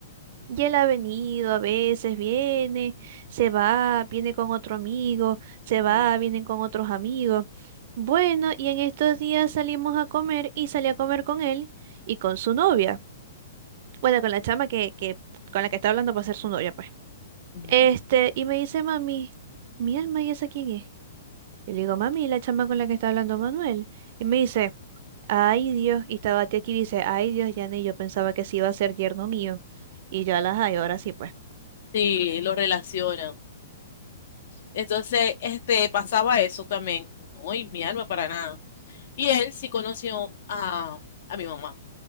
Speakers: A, on the right; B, on the left.
A: Y él ha venido a veces, viene, se va, viene con otro amigo, se
B: Ujú.
A: va, vienen con otros amigos. Bueno, y en estos días salimos a comer y salí a comer con él y con su novia. Bueno, con la chama que, que con la que está hablando para ser su novia, pues.
B: Ujú.
A: Este, y me dice, mami, mi alma, ¿y esa quién es? Yo le digo, mami, la chama con la que está hablando Manuel. Y me dice, ay Dios, y estaba aquí y dice, ay Dios, Yane, yo pensaba que sí iba a ser yerno mío. Y yo las, ay, ahora sí, pues.
B: Sí, lo relacionan. Entonces, este, pasaba eso también. No, y mi alma para nada. Y él sí conoció a, a mi mamá,